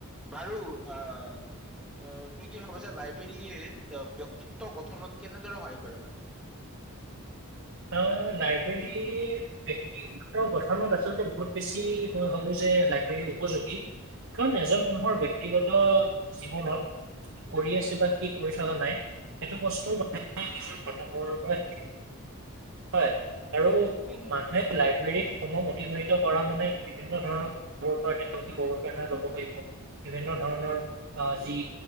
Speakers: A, in the centre; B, on the right (about 60°).
A: বাৰু আ- অঁ, তুমি কি ভাবা যে লাইব্ৰেৰীয়ে ব্যক্তিত্ব গঠনত কেনেদৰে সহায় কৰে বাৰু?
B: অঁ লাইব্ৰেৰীয়ে ব্যক্তি- গঠনত আচলতে বহুত বেছি মই ভাবো যে লাইব্ৰেৰী উপযোগী। কাৰণ এজন মানুহৰ ব্যক্তিগত জীৱনত- কৰি আছে বা কি কৰি থকা নাই সেইটো বস্তু মানে নিজৰ পৰিয়ালৰ পৰা শিকে। হয় আৰু
A: হয় হয়
B: মানুহে লাইব্ৰেৰীত সমূহ অতিবাহিত কৰা মানে বিভিন্ন ধৰণৰ- তেওঁলোকে <unintelligible> লব পাৰিব বিভিন্ন ধৰণৰ- আহ যি